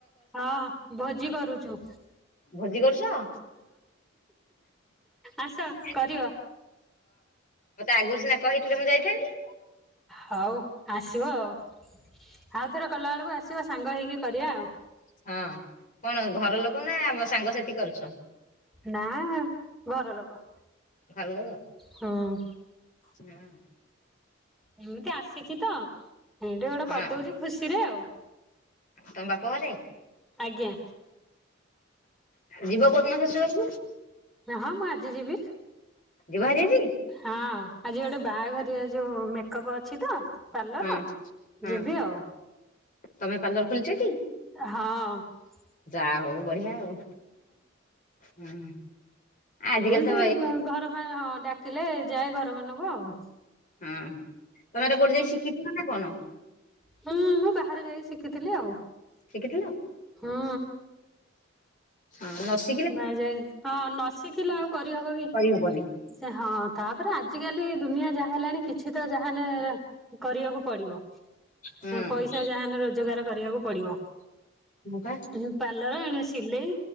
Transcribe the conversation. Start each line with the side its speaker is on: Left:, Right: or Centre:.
Centre: ହଁ ଭୋଜି କରୁଚୁ।
Left: ଭୋଜି କରୁଚ। ହଁ
Centre: ଆସ
Left: ମତେ
Centre: କରିବ
Left: ଆଗୁରୁ ସିନା କହିଥିଲେ ମୁଁ ଯାଇଥାନ୍ତି।
Centre: ହଉ ଆସିବ ଆଉ ଆଉଥର କଲା ଆଳୁକୁ ଆସିବ ସାଙ୍ଗ ହେଇକି କରିବା ଆଉ।
Left: ହୁଁ କଣ ଘର ଲୋକୋ ନା ମ ସାଙ୍ଗସାଥି କରୁଛ।
Centre: ନାଁ ଘର ଲୋକ।
Left: <unintelligible>
Centre: ହଁ।
Left: <unintelligible>
Centre: ଏମିତି ଆସିଚି ତ ଏଇଠି ଗୋଟେ
Left: ହଁ
Centre: କରିଦୋଉଚୁ ଖୁସିରେ ଆଉ।
Left: ତମ ବାପ ଘରେ।
Centre: ଆଜ୍ଞା।
Left: ଯିବ କୋଉ ଦିନ ଶାଶୂ ଘରୁକୁ।
Centre: ରହଁ ମୁଁ ଆଜି ଯିବି।
Left: ଯିବ ହାରି ଆଜି
Centre: ହଁ ଆଜି ଗୋଟେ ବାହାଘରଆ ଯୋଉ ମେକଅପ୍ ଅଛି ତ। ପାର୍ଲର।
Left: ହଁ ହଁ
Centre: ଯିବି ଆଉ
Left: ତମେ ପାର୍ଲର ଖଲିଚ କି?
Centre: ହଁ।
Left: ଯା ହଉ ବଢିଆ ଆଉ। ହୁଁ। ଆଜିକାଲି
Centre: ଏମତି
Left: ତ ଏଇ
Centre: ଘର ମାଏ ହଁ ଡାକିଲେ ଯାଏ ଘର ମାନଙ୍କୁ ଆଉ।
Left: ହଁ ତମେ ଏଟା କୋଉଠି ଯାଇ ଶିଖିଥିଲ ନା କଣ?
Centre: ହୁଁ ମୁଁ ବାହାରେ ଯାଇକି ଶିଖିଥିଲି ଆଉ।
Left: ଶିଖିଥିଲ?
Centre: ହୁଁ।
Left: ହଁ ନସ୍
Centre: ମା ଯାଇ ହଁ ନ ଶିଖିଲେ ଆଉ କରିହବ କି।
Left: କରିହବନି
Centre: ସେ ହଁ ତାପରେ ଆଜିକାଲି ଦୁନିଆ ଯାହା ହେଲାଣି କିଛି ତ ଯାହାନେ କରିବାକୁ ପଡିବ
Left: ହୁଁ
Centre: ପଇସା ଯାହାନେ ରୋଜଗାର କରିବାକୁ ପଡିବ।
Left: ପା
Centre: ମୁଁ ପାଲଡ ଆଣେ ସିଲେଇ